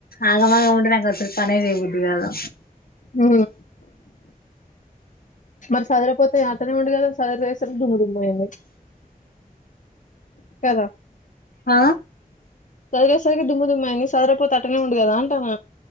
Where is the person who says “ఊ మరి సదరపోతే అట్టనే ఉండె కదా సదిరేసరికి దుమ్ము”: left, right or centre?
Left